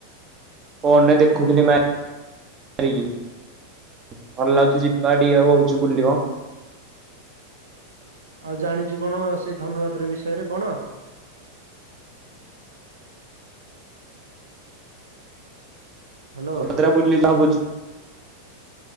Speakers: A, on the right (about 25°); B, on the right (about 70°).
A: ଫୋନ୍ ରେ ଦେଖୁଥିଲି ମା ରିକି। କଣ
B: ହୁଁ
A: ଲାଜୁ ଯିବାଟିକେ ଆଉଁ ହଉଛି ବୁଲିମ।
B: ଆଉ ଜାଣିଛୁ କଣ ସେଇ ଧନୁୁଯାତ୍ରା ବିଷୟରେ କଣ? ହ୍ୟାଲୋ
A: <unintelligible> ବୁଲିଯାଅ <unintelligible>